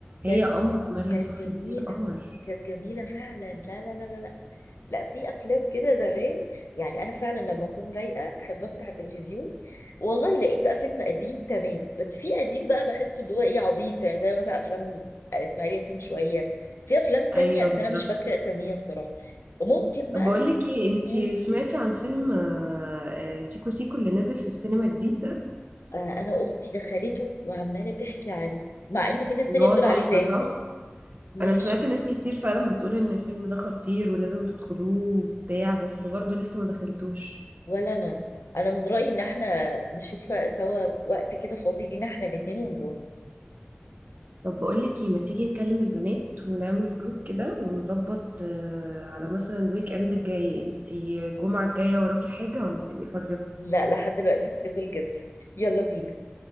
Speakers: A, on the left; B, on the right.
A: كانت
B: هي قمر مريم
A: كانت
B: فخر
A: جميلة
B: الدين قمر
A: كانت جميلة فعلا لا لا لا لا لا لا في أفلام كده زمان يعني أنا فعلا لما أكون رايقة أحب أفتح التلفزيون والله لقيت بقى فيلم قديم تمام بس في قديم بقى بحسه اللي هو إيه عبيط يعني زي مثلا أفلام إسماعيل ياسين شوية في أفلام
B: ايوه
A: تانية بس
B: بالظبط
A: أنا مش فاكرة أساميها بصراحة وممكن بقى
B: طب بقول لك ايه انت
A: مم،
B: سمعتي عن فيلم آه، آه، سيكو سيكو اللي نزل في السينما جديد ده
A: آه، أنا أختي دخلته وعمالة تحكي عليه مع إن في ناس تانية
B: ان هو
A: بتقول
B: تحفه
A: عليه تافه
B: صح
A: مش
B: انا سمعت ناس كتير فعلا بتقول ان الفيلم ده خطير ولازم تدخلوه وبتاع بس برضه لسه ما دخلتوش
A: ولا انا انا من رايي ان احنا نشوف سوا وقت كده فاضي لينا احنا الاتنين ونروح
B: طب بقولك ايه ما تيجي نكلم البنات ونعمل جروب كده ونظبط آه، على مثلا الويك اند الجاي انتي الجمعة الجاية وراكي حاجة ولا تبقي فاضية
A: لا لحد دلوقتي ستيبل جدا يلا بينا